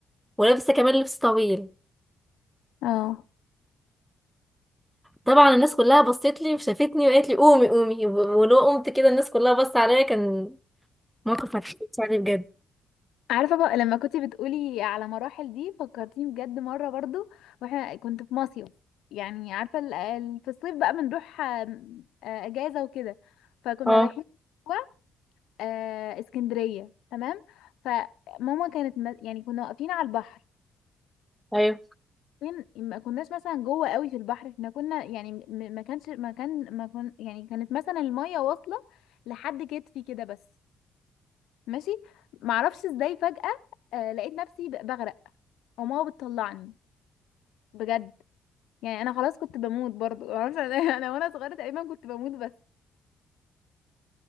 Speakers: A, in the centre; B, on the left (about 80°).
A: ولابسه كمان لبس طويل
B: اه
A: طبعا الناس كلها بصت لي وشافتني وقالت لي قومي قومي و- ولو قمت كده الناس كلها بصت عليا كان موقف ما اتحكيتش عليه بجد
B: عارفة بقى لما كنت بتقولي على مراحل دي فكرتيني بجد مرة برضو واحنا كنت في مصيف يعني عارفة ال- ال- في الصيف بقى بنروح آم، آه، أجازة وكده فكنا
A: اه
B: رايحين و- آه، اسكندرية تمام فماما كانت م- يعني كنا واقفين على البحر
A: ايوه
B: فين ما كناش مثلا جوه قوي في البحر احنا كنا يعني م- ما كانش ما كان ما كن يعني كانت مثلا المية واصلة لحد كتفي كده بس ماشي معرفش ازاي فجأة آه لقيت نفسي ب- بغرق وماما بتطلعني بجد يعني انا خلاص كنت بموت برضو معرفش انا <laughs> أنا وانا صغيرة تقريبا كنت بموت بس